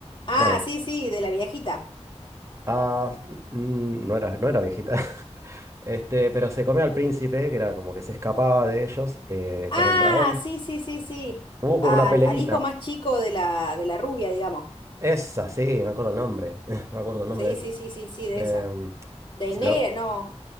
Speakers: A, on the left; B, on the right.
A: Ah,
B: bueno.
A: sí, sí, de la viejita.
B: Ah, mm, no era, no era viejita. <laughs> Este, pero se comió al príncipe, que era como que se escapaba de ellos eh,
A: Ah,
B: con el dragón.
A: sí, sí, sí, sí.
B: Hubo como
A: Al,
B: una peleita.
A: al hijo más chico de la, de la rubia, digamos.
B: Esa, sí, me acuerdo el nombre. <laughs> Me acuerdo el nombre
A: Sí,
B: de esa.
A: sí, sí, sí, sí, de
B: Este,
A: esa.
B: mm,
A: De
B: se
A: Nera,
B: lo-
A: no.